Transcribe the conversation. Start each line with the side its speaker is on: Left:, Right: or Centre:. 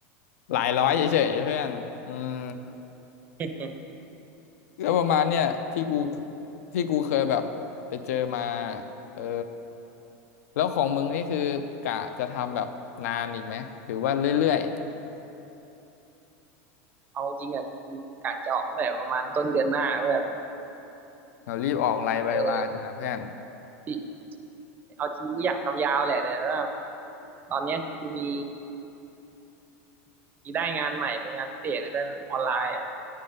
Left: หลายร้อยเฉยๆเพื่อนอืม
Right: <laughs>
Left: แล้วประมาณเนี่ยที่กูที่กูเคยแบบไปเจอมาเออแล้วของมึงนี่คือกะจะทำแบบนานอีกไหมหรือว่าเรื่อย
Right: เอาจริงอ่ะจริงๆกะจะออกตั้งแต่ประมาณต้นเดือนหน้าเพื่อน
Left: ๆเรารีบออกไลน์ไปว่าจังหะเพื่อน
Right: เออที่เอาจริงกูอยากทำยาวแหละแต่ว่าตอนเนี้ยคือกูมีมีได้งานใหม่เป็นงานพิเศษเลยเพื่อนออนไลน์อะ